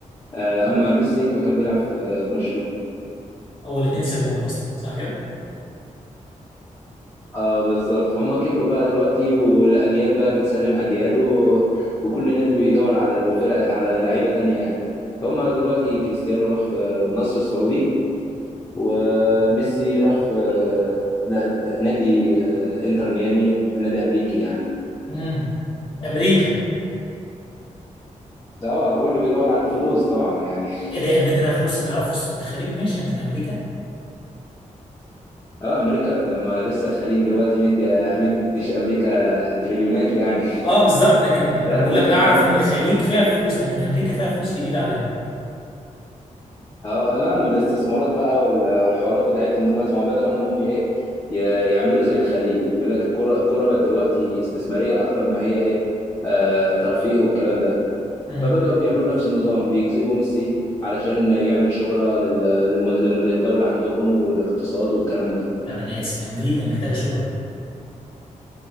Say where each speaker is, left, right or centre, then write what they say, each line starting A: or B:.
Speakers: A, on the left (about 25°); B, on the left (about 40°).
A: آه، اما ميسي فكان بيلعب في آه، برشلونة
B: اول اتنين سابوهم اصلا صح كده
A: اه بالظبط هما كبروا بقى دلوقتي والاجيال بقى بتسلم اجيال و... وكل نادي بيدور على الفرق على لعيبه تانية يعني هما دلوقتي كريستيانو راح في النصر السعودي وميسي راح في ده ده نادي آه، انتر ميامي نادي امريكي يعني
B: امم امريكا
A: اه كله بيدور على الفلوس طبعا يعني
B: ايه ده امريكا فيها فلوس اللي اعرفه الخليج ماشي لكن امريكا
A: <laughs> اه امريكا لما لسه الخليج دلوقتي مدي مديش امريكا تريليونات يعني
B: اه بالظبط لكن
A: <laughs>
B: ما
A: لا
B: انا بقول
A: امريكا
B: لك اعرف ان الخليج فيها فلوس لكن امريكا فيها فلوس جديده عليا
A: اه نعم الاستثمارات بقى وال- والحوارات بتاعتهم دول ما هو بدأوا انهم ي- ايه ي- يعملوا زي الخليج يقول لك الكرة الكرة بقت دلوقتي استثمارية اكتر ما هي ايه آه ترفيه والكلام ده
B: مم.
A: فبدأوا بيعملوا نفس النظام يجذبوا ميسي علشان يعمل شهرة لل- للم- للم- للدولة عندهم والاقتصاد والكلام ده
B: طب انا اسف امريكا محتاجه شهره